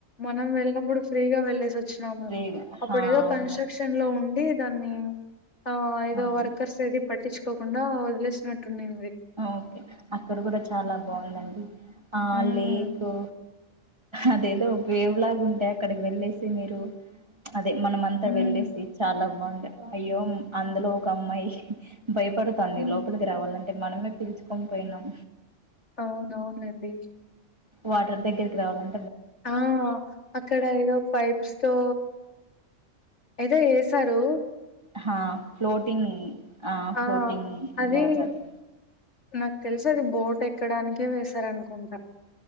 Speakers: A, on the left; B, on the right.
A: మనం వెళ్ళప్పుడు ఫ్రీగా వెళ్లేసొచ్ వచ్చినాము
B: ఫ్రీగా
A: అప్పుడు
B: హా
A: ఏదో
B: అవును
A: కన్స్టేక్షన్ లో ఉండి దాన్ని ఆ ఏదో
B: హా
A: వర్కర్స్ ఇది పట్టించుకోకుండా వదిలేసినట్టుంంది
B: ఓకే అక్కడ కూడా చాలా బాగుందండి ఆ
A: ఉమ్
B: లేకు అదేదో వేవు లాగా ఉంటే అక్కడికి వెళ్ళేసి మీరు అదే మన అంతా
A: ఉమ్
B: వెళ్ళేసి చాలా బాగు అయ్యో అందులో ఒక అమ్మాయి భయపడుతాన్ని
A: ఉమ్
B: లోపలికి రావాలంటే మనమే పిలుచుకని పోయినాం
A: అవున అవును ఎం అ
B: వాటర్ దగ్గరికి రావాలం
A: ఆ అక్కడ ఏదో పైప్స్ తో ఏదో చేసారు
B: హ ఫ్లోటింగ్
A: ఆ
B: ఫ్లోటింగ్
A: అది
B: లాగాది
A: నాకు తెలిస అది బోట్ ఎక్కడానికే వసార అనుకుంటా